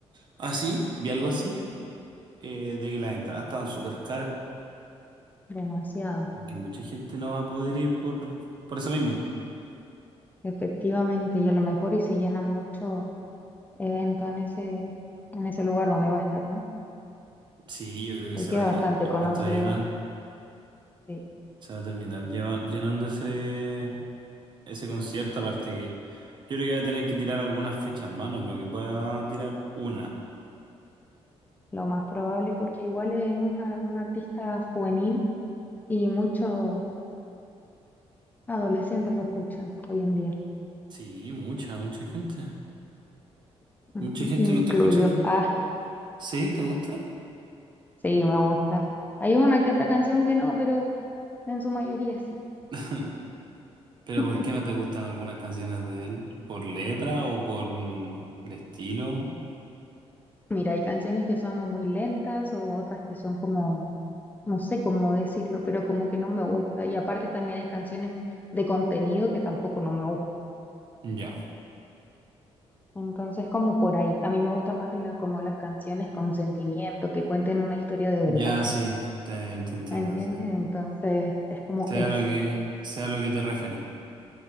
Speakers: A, on the right (about 45°); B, on the left (about 15°).
A: Así, vi algo así, eh, de que las entradas estaban súper caras
B: demasiado,
A: y que mucha gente no va a poder ir por, por eso mismo.
B: efectivamente. Y a lo mejor y se llenan mucho evento en ese, en ese lugar donde va a estar, ¿no?
A: Sí, yo creo que
B: Porque
A: se va
B: es
A: a
B: bastante
A: llenar- recontra
B: conocido,
A: llenar.
B: sí.
A: Se va a terminar lleva- llenando ese. ese concierto, aparte que yo creo que va a tener que tirar algunas fechas más, no creo que pueda tirar una.
B: Lo más probable es porque igual es una, un artista juvenil y muchos Adolescentes lo escuchan hoy en día.
A: Sí, mucha, mucha gente.
B: Ujú.
A: Mucha gente
B: Y me
A: lo
B: incluyo.
A: está escuchando.
B: <laughs>
A: ¿Sí? ¿Te gusta?
B: Sí, me gusta. Hay una que otra canción que no, pero en su mayoría sí.
A: <laughs> ¿Pero
B: <laughs>
A: por qué no te gustan algunas canciones de él? ¿Por letra o por mm, el estilo?
B: Mira, hay canciones que son o muy lentas o otras que son como, no sé cómo decirlo, pero como que no me gusta. Y aparte también hay canciones de contenido que tampoco no me gustan.
A: Ya,
B: Entonces, como por ahí. A mí me gustan más la- como las canciones con sentimiento, que cuenten una historia de
A: ya
B: verdad.
A: sí, te, te entiendo,
B: ¿Me entiendes?
A: sí.
B: Entonces, es como
A: Sea
B: eso.
A: lo que, sea lo que te referí,